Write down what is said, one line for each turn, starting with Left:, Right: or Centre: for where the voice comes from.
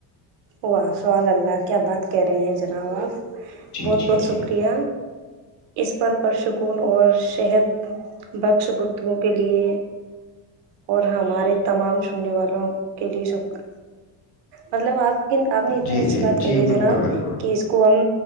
Right: واہ سوال اللہ کیا بات کرہ رہے ہیں جناب آپ
Left: جی
Right: بہت
Left: جی
Right: بہت
Left: جی
Right: شکریہ اس پر پرسکون اور شہد بخش گپتگو کے لیے اور ہمارے تمام سننے والوں کے لیے شکر مطلب آپ لیکن آپ نے اتنی
Left: جی
Right: اچھی
Left: جی
Right: بات
Left: جی
Right: کہی ہے جناب
Left: بالکل بالکل
Right: کہ اس کو ہم